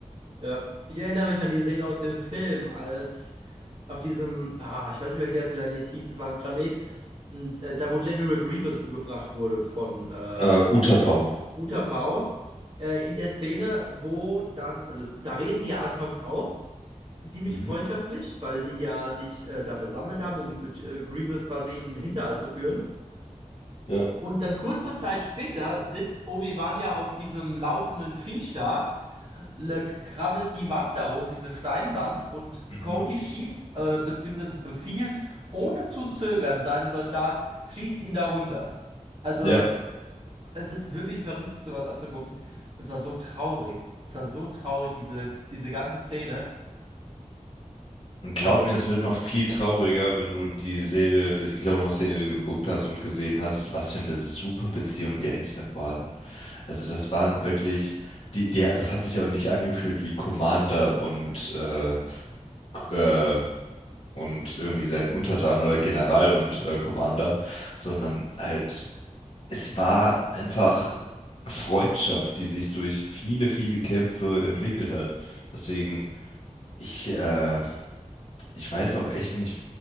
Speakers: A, on the right; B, on the left.
A: Ja. Ich erinnere mich an die Szene aus dem Film, als auf diesem, ah, ich weiß nicht mehr, wie der Planet hieß, das war ein Planet, und, äh, da wo General Grievous umgebracht wurde von ähm,
B: Äh, Utapau.
A: Utapau. Äh, in der Szene, wo dann, also da reden die ja anfangs auch. ziemlich
B: Mhm.
A: freundschaftlich, weil die ja sich äh, da versammelt haben, um mit, äh, Grievous quasi in den Hinterhalt zu führen.
B: Ja.
A: Und dann kurze Zeit später sitzt Obi-Wan ja auf diesem laufenden Viech da, le krabbelt die Wand da hoch, diese Steinwand, und
B: Mhm.
A: Cody schießt, äh, beziehungsweise befiehlt, ohne zu zögern, seinem Soldat, schießt ihn da runter. Also,
B: Ja,
A: es ist wirklich verrückt, sich sowas anzugucken. Und es war so traurig. Es war so traurig, diese, diese ganze Szene.
B: und
A: Ha.
B: glaub mir, es wird noch viel trauriger, wenn du die Serie, die Clone Wars Serie geguckt hast und gesehen hast, was für eine super Beziehung die eigentlich davor hatten. Also das waren wirklich, die, die, das hat sich auch nicht angefühlt wie Commander und äh, äh, und irgendwie sein Untertan oder General und äh, Commander, sondern halt, es war einfach Freundschaft, die sich durch viele, viele Kämpfe entwickelt hat. Deswegen. Ich, äh, ich weiß auch echt nicht,